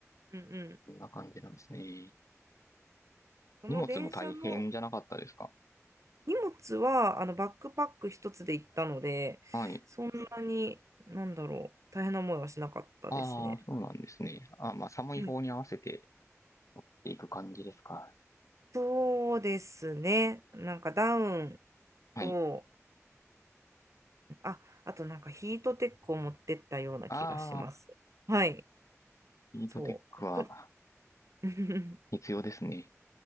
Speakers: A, on the right (about 75°); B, on the left (about 75°).
A: うんうん。
B: こんな感じなんですね。
A: その電車の
B: 荷物も大変じゃなかったですか
A: 荷物は、あの、バックパック一つで行ったので、
B: はい。
A: そんなに、なんだろう、大変な思いはしなかったですね。
B: ああ、そうなんですね。あーまあ、寒い方に合わせて
A: うん
B: 持っていく感じですか。
A: そうですね。なんかダウン
B: はい。
A: と、あ、あとなんかヒートテックを持ってったような気がします。
B: ああ、
A: はい、
B: ヒートテックは
A: そう。と <laughs>
B: 必要ですね。